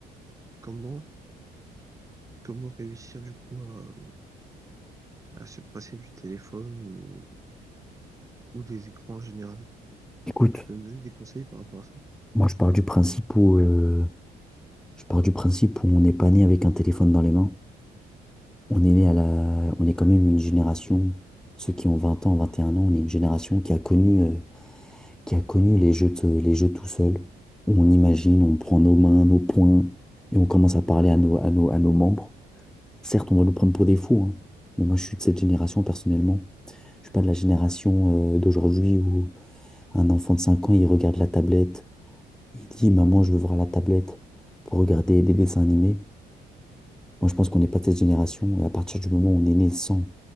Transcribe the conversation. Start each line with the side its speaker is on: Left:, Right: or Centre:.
Right: Comment, comment réussir du coup à, à se passer du téléphone ou, ou des écrans en général?
Centre: Écoute,
Right: Tu peux me donner des conseils par rapport à ça?
Centre: moi, je pars du principe où, euh, je pars du principe où on n'est pas né avec un téléphone dans les mains. On est né à la, on est quand même une génération, ceux qui ont 20 ans, 21 ans, on est une génération qui a connu. euh, qui a connu les jeux, de- les jeux tout seul, où on imagine, on prend nos mains, nos poings, et on commence à parler à nos, à nos, à nos membres. Certes, on va nous prendre pour des fous, hein, mais moi je suis de cette génération personnellement. Je suis pas de la génération euh, d'aujourd'hui où un enfant de 5 ans, il regarde la tablette, il dit, Maman, je veux voir la tablette pour regarder des dessins animés. Moi, je pense qu'on n'est pas de cette génération, et à partir du moment où on est né sans